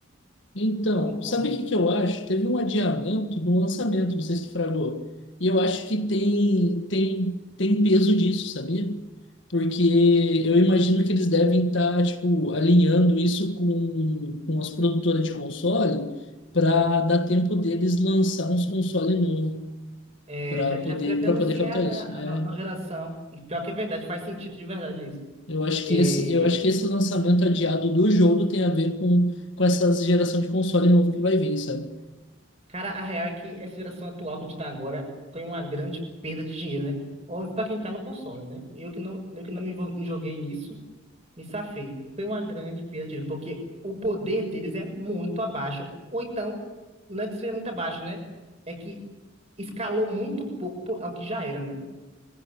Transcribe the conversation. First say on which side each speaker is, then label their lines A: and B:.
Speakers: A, on the left; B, on the right.
A: Então,
B: Então, pô,
A: sabe o que que eu acho? Teve um adiamento do lançamento, não sei se tu fragou. E eu acho que tem, tem, tem peso disso, sabia? Porque eu imagino que eles devem estar, tipo, alinhando isso com, com as produtoras de console para dar tempo deles lançar uns console novo
B: é,
A: para
B: já, já
A: poder,
B: foi até
A: para
B: anunciado,
A: poder captar isso.
B: né,
A: né?
B: na, na geração. E pior que é verdade, faz sentido de verdade isso.
A: eu acho
B: É,
A: que esse, eu acho que esse lançamento adiado do jogo tem a ver com, com essa geração de console novo que vai vir, sabe?
B: cara, a real é que essa geração atual que a gente tá agora foi uma grande perda de dinheiro, né? Óbvio pra quem tá no console, né? Eu que não, eu que não me envol- me joguei nisso, Me safei. Foi uma grande perda de dinheiro, porque o poder deles é muito abaixo. Ou então, não é que seja muito abaixo, né? É que escalou muito pouco po- ao que já era, né?